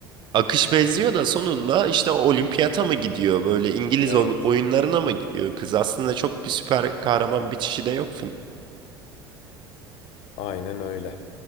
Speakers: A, on the right; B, on the left.
A: Akış benziyor da sonunda işte olimpiyata mı gidiyor böyle İngiliz
B: Evet,
A: ol- oyunlarına mı gidiyor kız? Aslında çok bir süper kahraman bitişi de yok
B: aynen öyle.